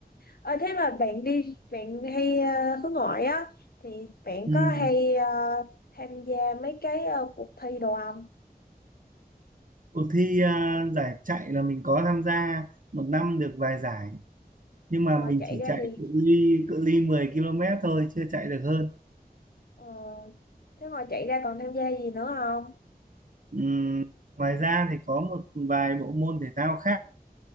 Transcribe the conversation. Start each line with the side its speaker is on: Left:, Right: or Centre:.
Left: Ờ, thế mà bạn đi bạn hay ờ, hướng ngoại á thì bạn
Right: ừ.
Left: có hay ờ, tham gia mấy cái ờ, cuộc thi đồ không
Right: cuộc thi à, giải chạy là mình có tham gia một năm được vài giải nhưng mà
Left: ngoài
Right: mình
Left: chạy
Right: chỉ
Left: ra
Right: chạy
Left: thì
Right: cự ly cự ly 10 km thôi chưa chạy được hơn
Left: ờ, thế ngoài chạy ra còn tham gia gì nữa không
Right: Ừm, ngoài ra thì có một vài bộ môn thể thao khác